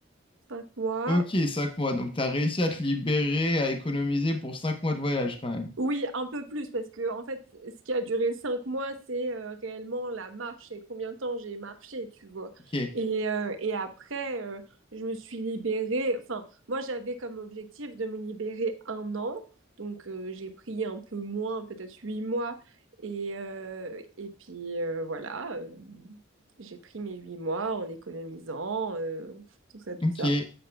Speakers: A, on the right (about 80°); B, on the left (about 25°).
A: Cinq mois
B: Ok, cinq mois. Donc t'as réussi à te libérer, à économiser pour cinq mois de voyage quand même.
A: Oui, un peu plus, parce que en fait, ce qui a duré cinq mois, c'est euh, réellement la marche et combien de temps j'ai marché, tu vois.
B: Ok.
A: Et, euh, et après, euh, je me suis libérée. Enfin, moi, j'avais comme objectif de me libérer un an, donc euh, j'ai pris un peu moins, peut-être huit mois. Et, euh, et puis euh, voilà, euh, j'ai pris mes huit mois en économisant, euh, tout ça, tout
B: Ok,
A: ça.